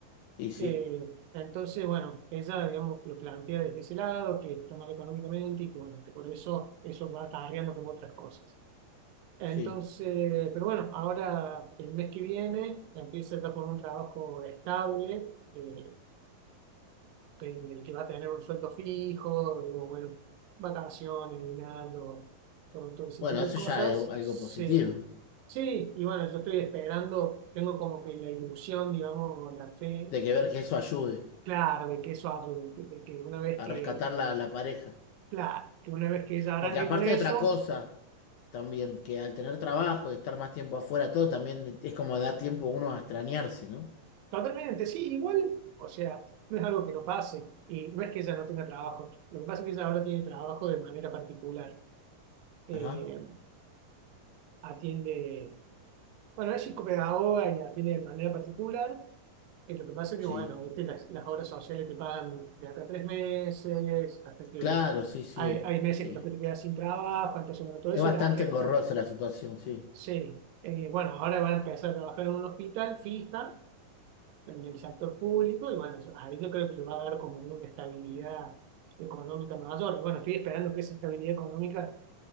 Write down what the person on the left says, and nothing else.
Y sí,
sí.
Bueno,
eso
ya es algo
positivo,
de que ver que eso ayude
a
rescatar la, la pareja.
Porque aparte
de otra cosa, también, que al tener trabajo y estar más tiempo afuera, todo también es como da tiempo uno a extrañarse, ¿no?
Ajá,
sí.
Claro, sí, sí,
sí.
Es
bastante
engorrosa la situación, sí,